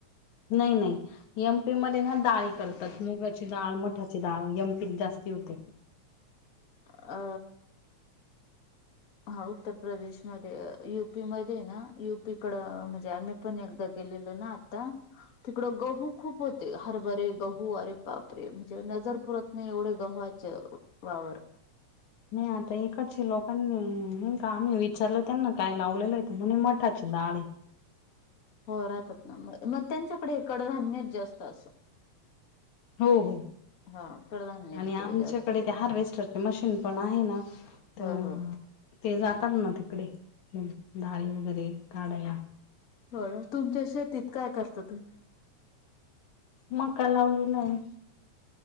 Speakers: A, on the left; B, on the left.
A: नाही -नाही, एम. पी मध्ये ना दाळी करतात, मुगाची डाळ, मठाची डाळ एम. पी त जास्ती होते.
B: अ, हा उत्तर प्रदेशमध्ये यु. पी मध्ये ना यु. पी कडं म्हणजे आम्ही पण एकदा गेलेलो ना तं तिकडं गहू खूप होते, हरभरे, गहू अरे बापरे! म्हणजे नजर पुरत नाही, एवढे गव्हाचे वावर
A: नाही आता इकडचे लोकांनी अं नई का आम्ही विचारलं त्यांना काय लावलेलं आहेे त म्हणे मठाची डाळ आहे.
B: हो राहतात ना, म मग त्यांच्याकडे हे कडधान्यचं जास्त आसं
A: हो -हो.
B: हा कडधान्य
A: आणि
B: तिकडे
A: आमच्याकडे
B: जास्त
A: ते हार्वेस्टरचे मशीन पण आहे ना त
B: हो हो
A: ते जातात ना, तिकडे डाळी वगैरे काढायला.
B: बरं, तुमच्या शेतीत काय करता तुम्ही?
A: मक्का लावलेला आहे.